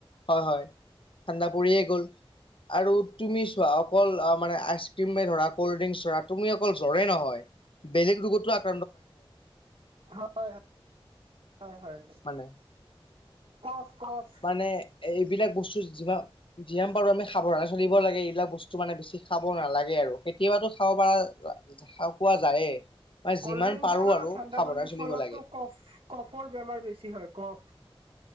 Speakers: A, on the left; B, on the right.
A: হয় হয় ঠাণ্ডা পৰিয়ে গ'ল আৰু তুমি চোৱা অকল মানে আইচ ক্ৰীম মে ধৰা অ, জই
B: হয়, হয়, হয়।
A: মানে
B: কফ কফ
A: মানে এইবিলাক বস্তু যিমান যিাম পাৰো আমি সাৱধানে চলিব লাগে। এইবিলাক বস্তু মানে বেছি খাব নালাগে আৰু কেতিয়াবাতো খাওঁ। কোৱা যায়ে। মানে যিমান
B: ক'ল্ড ড্ৰিংকছ
A: পাৰো
B: আৰু ঠাণ্ডা
A: সাৱধানে
B: পানীৰ
A: চলিব
B: ফলতোফ
A: লাগে
B: কফৰ বেমাৰ বেছি হয়। কফ